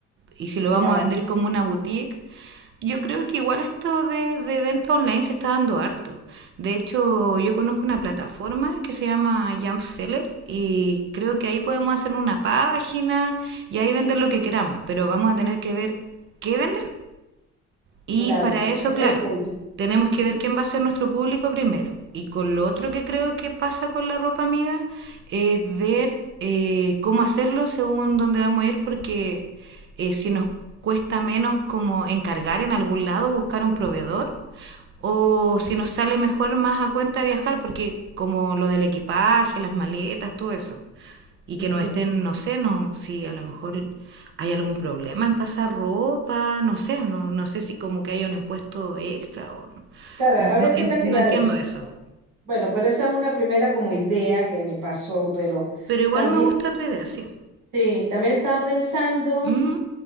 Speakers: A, on the right; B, on the right.
A: y si lo
B: Claro,
A: vamos a vender como una boutique, yo creo que igual esto de, de venta online se está dando harto. De hecho, yo conozco una plataforma que se llama Jumpseller y creo que ahí podemos hacer una página y ahí vender lo que queramos, pero vamos a tener que ver qué vender. Y
B: claro,
A: para eso,
B: ese
A: claro,
B: es el punto.
A: tenemos
B: Ujú,
A: que ver quién va a ser nuestro público primero. Y con lo otro que creo que pasa con la ropa amiga es ver eh, cómo hacerlo según dónde vamos a ir, porque eh, si nos cuesta menos como encargar en algún lado, buscar un proveedor, o si nos sale mejor más a cuenta viajar, porque como lo del equipaje, las maletas, todo eso y
B: En
A: que no
B: fin.
A: estén, no sé, no, si a lo mejor hay algún problema en pasar ropa, no sé, no, no sé si como que haya un impuesto extra o no,
B: Claro,
A: no,
B: habría
A: no,
B: que
A: en-
B: investigar
A: no entiendo
B: eso.
A: eso.
B: Bueno, pero esa es una primera como idea que me pasó, pero
A: Pero igual
B: también,
A: me gusta tu idea, sí.
B: sí, también estaba pensando.
A: Mm,